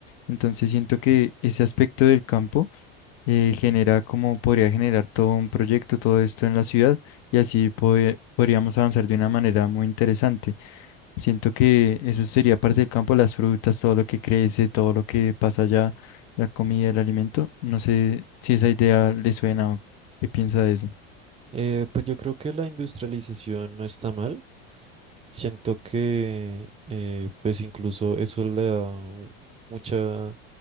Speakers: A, on the left; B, on the right.
A: Entonces siento que ese aspecto del campo eh, genera como podría generar todo un proyecto, todo esto en la ciudad y así poe- podríamos avanzar de una manera muy interesante. Siento que eso sería parte del campo, las frutas, todo lo que crece, todo lo que pasa allá, la comida, el alimento. No sé si esa idea le suena o qué piensa de eso.
B: Eh, pues yo creo que la industrialización no está mal. Siento que eh, pues incluso eso le da u- mucha